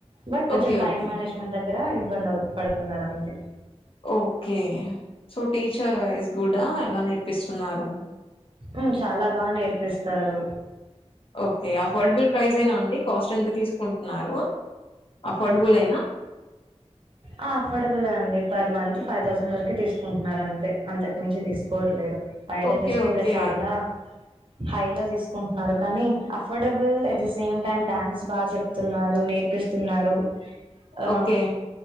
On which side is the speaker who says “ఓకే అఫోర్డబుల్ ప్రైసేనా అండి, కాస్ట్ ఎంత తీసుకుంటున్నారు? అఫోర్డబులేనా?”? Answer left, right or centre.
Left